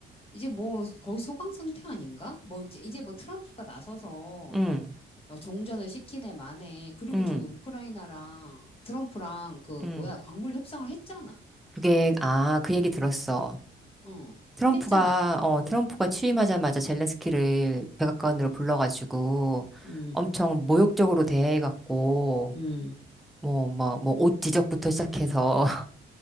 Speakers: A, on the left; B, in the centre.
A: 이제 뭐 거의 소강 상태 아닌가? 뭐 이제 이제 뭐 트럼프가 나서서
B: 음,
A: 막 종전을 시키네 마네. 그리고
B: 음,
A: 저기 우크라이나랑 트럼프랑 그
B: 음.
A: 뭐야 광물 협상을 했잖아.
B: 그게, 아, 그 얘기 들었어.
A: 어,
B: 트럼프가,
A: 했잖아.
B: 어,
A: 음,
B: 트럼프가 취임하자마자 젤렌스키를 백악관으로 불러가지고
A: 음,
B: 엄청 모욕적으로 대해갖고,
A: 음,
B: 뭐, 뭐, 뭐, 옷 지적부터 시작해서